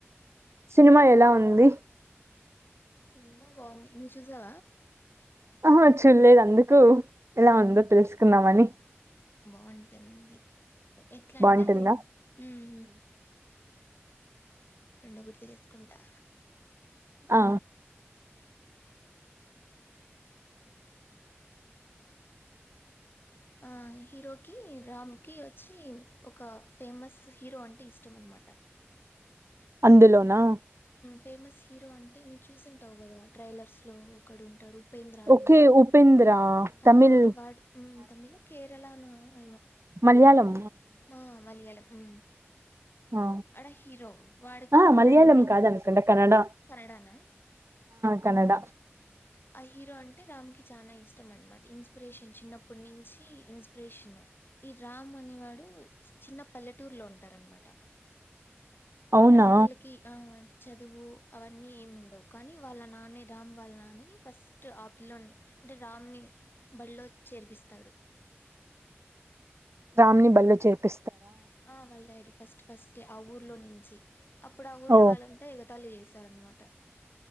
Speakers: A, on the right (about 75°); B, on the left (about 50°).
A: సినిమా ఎలా ఉ ఉంది
B: సినిమా బావ్ంది నువ్ చూసా
A: అహా చూల్లేద్ అందుకు ఎలా ఉందో తెలుసుకుందామని
B: వుంటుంది. ఎట్లా అంటే
A: బాగుంటుందా
B: అది హ్మ్ రెండు గుర్తు చేసుకుంటా.
A: ఆ
B: ఆ హీరోకి రామ్ కి వచ్చి ఒక ఫేమస్ హీరో అంటే ఇష్టం అనమాట.
A: అందులోనా
B: ఫేమస్ హీరో అంటే నువ్ చూసింటవు కదా ట్రైలర్స్ లో ఒకడు ఉంటడు ఉపేంద్ర అనేసి
A: ఓకే ఉపేంద్ర
B: హ
A: తమిళ్
B: వాడ్ హ్మ్ తమిళ్ కేరళనా ఏమో
A: మాలియాళం
B: హా మలీయాళం హ్మ్
A: ఆ
B: ఆడ హీరో వాడికి
A: ఆ
B: వాడిని
A: మలయాళం కాదనుకుంటా కన్నడ
B: కనడాన
A: కనడ
B: ఆ హీరో అంటే రామ్ కి చాన ఇష్టం అనమాట ఇన్స్పిరేషన్ చిన్నప్పుటి నుంచి ఇన్స్పిరేషన్ ఈ రామ్ అనేవాడు చిన్న పల్లెటూరులో ఉంటారు అనమాట
A: అవునా
B: అంటే వాళ్ళకి ఆ చదువు అవన్నీ ఏమి ఉండవు కానీ వాళ్ళ నాన్నే రామ్ వాళ్ళ నాన్నని ఫస్ట్ ఆపిల్లోని అంటే రామ్ నీ బడిలో చేర్పిస్తాడు
A: రామ్ నీ బళ్ళో చేర్పి
B: ఆ వాల్ డాడి ఫస్ట్ ఫస్టే ఆ ఊర్లో నుంచి అప్పుడు ఆ ఊర్లో
A: ఓ
B: వాళ్లంతా ఎగతాళి చేసారనమాట